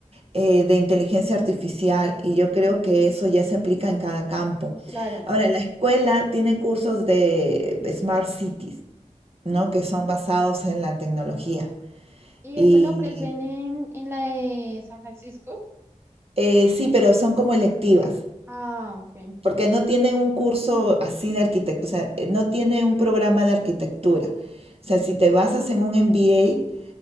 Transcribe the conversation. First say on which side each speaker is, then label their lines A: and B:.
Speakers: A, on the right (about 50°); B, on the right (about 20°).
A: eh, de inteligencia artificial. Y yo creo
B: Mm.
A: que eso ya se aplica en cada campo.
B: Claro.
A: Ahora, la escuela tiene cursos de Smart Cities. ¿no?
B: Mm.
A: Que son basados en la tecnología.
B: Y
A: Y
B: eso lo ofrecen en, en la de San Francisco.
A: eh, sí, pero son como electivas,
B: Ah, ok.
A: porque no tienen un curso así de arquitectura, o sea, eh, no tiene un programa de arquitectura. O sea, si te basas en un MBA,